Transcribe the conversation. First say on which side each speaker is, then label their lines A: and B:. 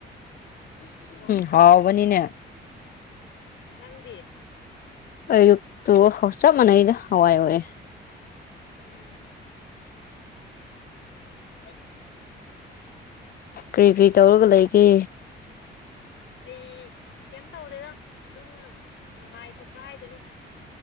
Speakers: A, on the left; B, on the left.
A: ꯍꯋꯥꯏ ꯃꯇꯔ
B: ꯍꯥꯎꯕꯅꯤꯅꯦ
A: ꯅꯪꯗꯤ
B: ꯑꯌꯨꯛꯇꯣ ꯆꯞ ꯃꯅꯩꯗ ꯍꯋꯥꯏ ꯑꯣꯏ
A: ꯎꯝ ꯀꯥꯏ
B: ꯀ꯭ꯔꯤ ꯀ꯭ꯔꯤ ꯇꯧꯔꯒ ꯂꯩꯒꯦ
A: ꯑꯩ ꯀꯩꯝ ꯇꯧꯗꯦꯗ ꯑꯗꯨꯝ ꯅꯨꯡꯉꯥꯏꯊꯣꯛꯄ ꯍꯥꯏꯗꯨꯅꯤ